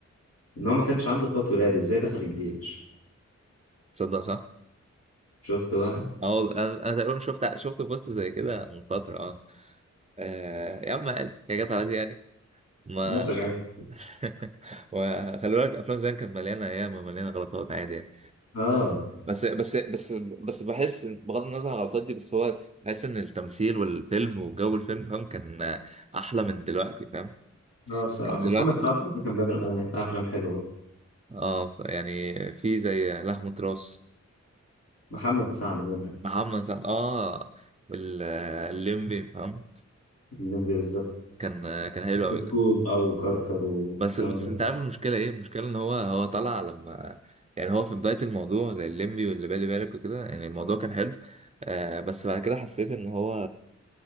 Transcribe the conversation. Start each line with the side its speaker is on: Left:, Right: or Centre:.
Left: ان هو ما كانش عنده اخوات ولاد ازاي دخل الجيش
Right: تصدق صح؟
Left: شفت بقى
Right: اه والله انا أنا تقريبا شفت شفت بوست زي كده من فتره اه آه، يا عم عادي يا جت عادي يعني ما
Left: المخرج عايز
Right: <laughs> وخلي بالك افلام زمان كانت مليانه ايام مليانه غلطات عادي يعني
Left: اه
Right: بس بس بس بس بحس إن- بغض النظر عن الغلطات دي بس هو بحس ان التمثيل والفيلم وجو الفيلم فاهم كان آه، احلى من دلوقتي فاهم
Left: اه بصراحه
Right: يعني
Left: محمد
Right: دلوقتي
Left: سعد برضه كان بيعمل اغاني آه، افلام حلوه برضه
Right: اه بص- يعني في زي لحمة راس
Left: محمد سعد برضه
Right: محمد سعد اه ال- آه، الليمبي فاهم
Left: الليمبي بالظبط
Right: كان آه، كان حلو قوي
Left: بتكوت بقى وكركر والكلام
Right: بس بس
Left: ده
Right: انت عارف المشكله ايه المشكله ان هو هو طلع لما يعني هو في بدايه الموضوع زي الليمبي واللي بالي بالك وكده يعني الموضوع كان حلو آه بس بعد كده حسيت ان هو